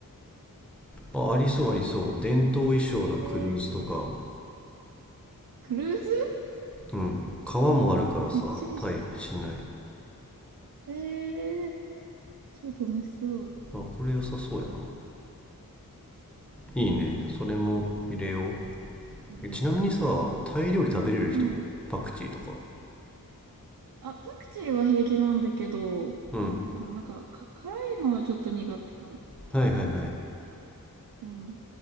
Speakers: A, in the centre; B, on the right (about 80°).
A: あ、ありそうありそう。伝統衣装とクルーズとか。
B: えー、クルーズ
A: うん。川もあるからさ、
B: めっちゃいいじゃ
A: タイ、市内。
B: ん。えー、超楽しそう。
A: あ、これ良さそうやな。いいね。じゃあそれも入れよ
B: うん、
A: う。えちなみにさ、タイ料理食べれる人パクチーとか。
B: うん。うん。あ、パクチーは平気なんだけど、
A: うん。
B: そのなんか、か、辛いのはちょっと苦手かも。
A: はいはいはい。
B: うん。